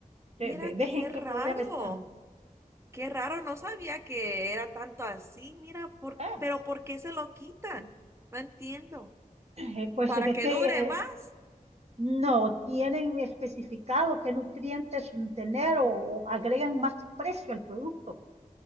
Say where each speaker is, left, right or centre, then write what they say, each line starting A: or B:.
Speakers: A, on the right; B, on the right.
A: Mira,
B: Ve- ve- ¿Ves
A: qué
B: en
A: raro.
B: qué problema estamos?
A: Qué raro, no sabía que era tanto así. Mira, por,
B: ¿Ves?
A: pero ¿por qué se lo quitan? No entiendo.
B: Eh, Pues
A: ¿Para
B: es
A: que
B: que
A: dure más?
B: eh, no tienen especificado qué nutrientes tener o, o agregan más precio al producto.